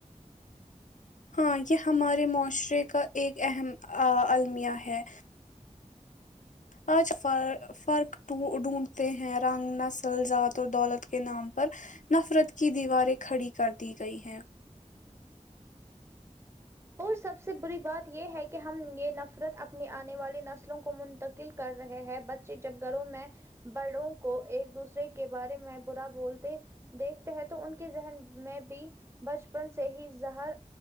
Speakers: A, on the left (about 70°); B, on the right (about 20°).
A: ہاں یہ ہمارے معاشرے کا ایک اہم المیہ ہے آج فر فرق ڈھونڈتے ہیں رنگ نسل ذات اور دولت کے نام پر نفرت کی دیواریں کھڑی کر دی گئی ہیں
B: اور سب سے بری بات یہ ہے کہ ہم یہ نفرت اپنی آنے والی نسلوں کو منتقل کر رہے ہیں بچے جب گھروں میں بڑوں کو ایک دوسرے کے بارے میں برا بولتے دیکھتے ہیں تو ان کے ذہن میں بھی بچپن سے ہی زہر